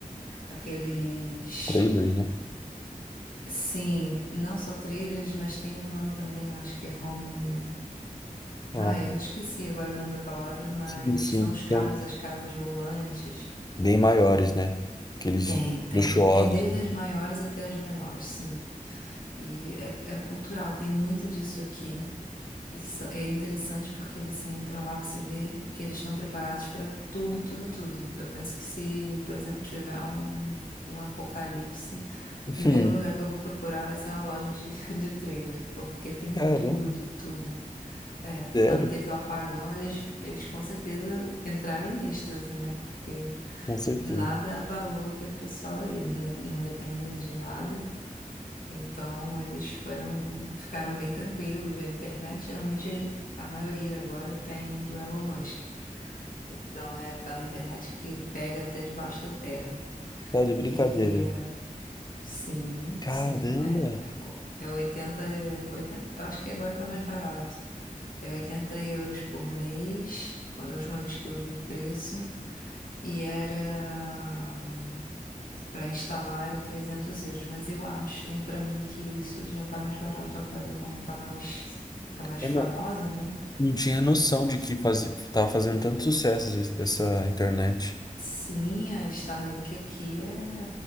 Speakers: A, on the left; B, on the left.
A: aqueles
B: trailers, né?
A: Sim, não só trailers, mas tem um nome também, eu acho que é home. Ai,
B: Ah,
A: eu esqueci agora o nome da palavra, mas
B: sim, sim.
A: são os carros,
B: São
A: as casas volantes.
B: bem maiores, né? Aqueles
A: Tem, tem.
B: luxuosos.
A: Tem desde
B: né?
A: as maiores até as menores, sim. E é, é cultural, tem muito disso aqui. Isso é interessante porque você entra lá, você vê que eles estão preparados para tudo, tudo, tudo. Eu penso que se, por exemplo, tiver um, um apocalipse, o
B: <laughs>
A: primeiro lugar que eu vou procurar vai ser uma loja de, <laughs> de trailer, porque tem
B: Caramba,
A: tudo, tudo. É,
B: sério,
A: quando teve o apagão, eles, eles com certeza entraram em êxtase, né? Porque
B: com certeza.
A: nada abalou aquele pessoal ali, eles não não dependem de nada. Então eles foram, ficaram bem tranquilos. A internet, geralmente, a maioria agora tem do Elon Musk. Então é aquela internet que pega até debaixo da terra.
B: Tá de brincadeira.
A: E sim,
B: Caramba,
A: sim, é, é oitenta 80 eu acho que agora tá mais barato. É 80 euros por mês, quando a última vez que eu vi o preço. E era Para instalar era 300 euros, mas eu acho, tenho para mim que isso já tá mais barato agora, como tá mais, tá mais
B: eu
A: famosa,
B: não,
A: né?
B: não tinha noção de que fazia, tava fazendo tanto sucesso esse- essa internet.
A: Sim, a Starlink aqui é,